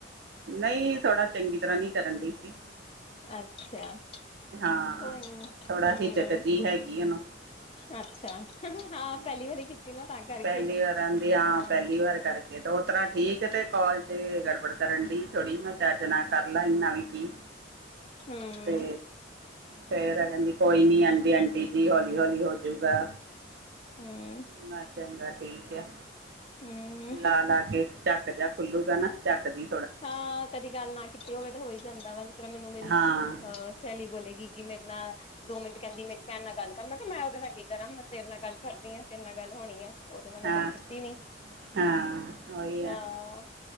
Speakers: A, on the right (about 60°); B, on the left (about 30°).
A: ਨਹੀਂ ਥੋੜਾ ਚੰਗੀ ਤਰ੍ਹਾਂ ਨਹੀਂ ਕਰਨ ਡਈ ਸੀ
B: ਅੱਛਾ
A: ਹਾਂ।
B: ਕੋਈ ਹਮ
A: ਥੋੜਾ ਹਿਚਕ ਜਿਹੀ ਹੈਗੀ ਉਹਨੂੰ
B: ਅੱਛਾ ਹਾਂ
A: ਹੂੰ।
B: ਪਹਿਲੀ ਵਾਰੀ ਕੀਤੀ ਨਾ ਤਾਂ ਕਰਕੇ
A: ਪਹਿਲੀ ਵਾਰ ਆਦੀ ਹਾਂ
B: ਹਾਂਜੀ
A: ਪਹਿਲੀ ਵਾਰ ਕਰਕੇ ਤੋ ਤਰ੍ਹਾਂ ਠੀਕ ਤੇ ਕਾਲ ਚ ਗੜਬੜ ਕਰਨ ਦੀ ਥੋੜੀ ਮਸਾਜਣਾ ਕਰ ਲੇ ਨਵੀ ਕੀ
B: ਹੂੰ
A: ਤੇ ਫੇਰ ਆ ਕਹਿੰਦੀ ਕੋਈ ਨੀ ਆਂਦੀ ਆਂਟੀ ਜੀ ਹੌਲੀ-ਹੌਲੀ ਹੋਜੂਗਾ
B: ਹਮ
A: ਮੈਂ ਚੰਗਾ ਠੀਕ ਆ
B: ਹਮ
A: ਲਾ-ਲਾ ਕੇ ਚੱਕ ਜਾ ਖੁੱਲੂਗਾ ਨਾ ਚੱਕ ਦੀ
B: ਹਾਂ ਕਦੀ ਗੱਲ ਨਾ ਕੀਤੀ ਹੋਵੇ ਤਾਂ ਹੋਈ ਜਾਂਦਾ ਵੇ ਮੈਨੂੰ ਨਾ ਮੇਰੀ
A: ਹਾਂ
B: ਅਹ ਸੇਲੀ ਬੋਲੇਗੀ ਕਿ ਮੇ ਨਾਲ ਦੋ ਮਿੰਟ ਕਹਿੰਦੀ ਮੇਰੀ ਭੈਣ ਨਾਲ ਮੈ ਗੱਲ ਕਰ ਲਾ ਕਿਹਾ ਮੈਂ ਉਹਦੇ ਨਾਲ ਕੀ ਕਰਾਂ ਮੈਂ ਤੇਰੇ ਨਾਲ ਗੱਲ ਕਰਨੀ ਹਾਂ ਤੇਰੇ ਨਾਲ ਗੱਲ ਹੋਣੀ ਆ ਉਹਦੇ ਨਾਲ ਮੈਂ
A: ਹਾਂ
B: ਕਦੀ ਕੀਤੀ ਨੀ
A: ਹਾਂ ਉਹੀ ਆ
B: ਹਾਂ ਹ